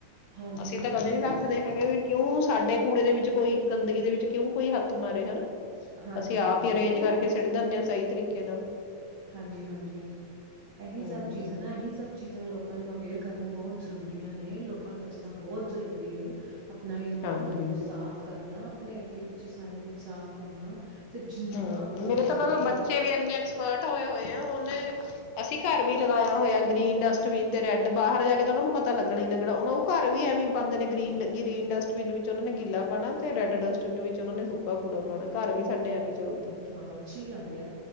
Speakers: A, on the right; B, on the left.
A: ਹਾਂਜੀ
B: ਅਸੀਂ ਤਾਂ ਕਦੇ
A: ਦੇਖੋ
B: ਵੀ ਰੱਖਦੇ ਹੈਗੇ ਵੀ ਕਿਉਂ ਸਾਡੇ ਕੂੜੇ ਦੇ ਵਿੱਚ ਕੋਈ ਗੰਦਗੀ ਦੇ ਵਿੱਚ ਕਿਉਂ ਕੋਈ ਹੱਥ ਮਾਰੇ ਹਨਾ
A: ਹਾਂਜੀ
B: ਅਸੀਂ ਆਪ
A: ਹਾਂਜੀ
B: ਹੀ ਅਰੇਂਜ
A: ਦੇਖੋ
B: ਕਰਕੇ ਸਿੱਟ ਦਿੰਦੇ ਹਾਂ ਸਹੀ ਤਰੀਕੇ ਨਾਲ
A: ਹਾਂਜੀ ਹਾਂਜੀ ਇਹੀ
B: ਹਮ
A: ਸਭ ਚੀਜ਼ਾਂ ਨਾ ਇਹੀ ਸਭ ਚੀਜ਼ਾਂ ਲੋਕ ਲੋਕਾਂ ਨੂੰ ਅਵੇਅਰ ਕਰਨੀ ਬਹੁਤ ਜ਼ਰੂਰੀਆਂ ਨੇ ਲੋਕਾਂ ਨੂੰ ਦੱਸਣਾ ਬਹੁਤ ਜ਼ਰੂਰੀ ਹੈ ਆਪਣਾ ਇਨਵਾਇਰਮੈਂਟ
B: ਹਾਂਜੀ
A: ਨੂੰ ਸਾਫ ਕਰਨਾ ਆਪਣੇ ਅੱਗੇ ਪਿੱਛੇ ਸਾਰਾ ਕੁਛ ਸਾਫ ਕਰਨਾ ਅਤੇ ਜਿੰਨਾ
B: ਹਮ
A: ਹੋ
B: ਮੇਰੇ
A: ਸਕੇ
B: ਤਾਂ ਮਤਲਬ ਬੱਚੇ ਵੀ ਇੰਨੇ ਐਕਸਪਰਟ ਹੋਏ ਹੋਏ ਆ ਉਹਨੇ ਅਸੀਂ ਘਰ ਵੀ ਲਗਾਇਆ ਹੋਇਆ ਗ੍ਰੀਨ ਡਸਟਬਿਨ ਤੇ ਰੈੱਡ ਬਾਹਰ ਜਾ ਕੇ ਤਾਂ ਉਹਨਾ ਨੂੰ ਪਤਾ ਲੱਗਣਾ ਹੀ ਲੱਗਣਾ ਉਹ ਉਹ ਘਰ ਵੀ ਐਵੇਂ ਪਾਉਂਦੇ ਨੇ ਗ੍ਰੀਨ ਗ੍ਰੀਨ ਡਸਟਬਿਨ ਵਿੱਚ ਉਹਨਾਂ ਨੇ ਗਿੱਲਾ ਪਾਉਣਾ ਤੇ ਰੈਡ ਡਸਟਬਿਨ ਵਿੱਚ ਉਹਨਾਂ ਨੇ ਸੁੱਕਾ ਕੂੜਾ ਪਾਉਣਾ ਘਰ ਵੀ ਸਾਡੇ ਐਵੇਂ ਚਦਾ
A: ਤਾਂ ਅੱਛੀ ਗੱਲ ਆ